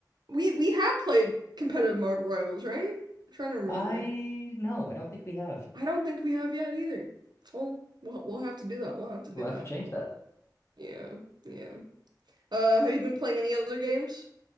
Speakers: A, on the right; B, on the left.
A: We we have played competitive Marvel Rivals, right? I'm trying to remember.
B: I no, I don't think we have.
A: I don't think we have yet either. Well, we'll we'll have to do that. We'll have to do
B: We'll have
A: that.
B: to change that.
A: Yeah. Yeah. Uh, have you been playing any other games?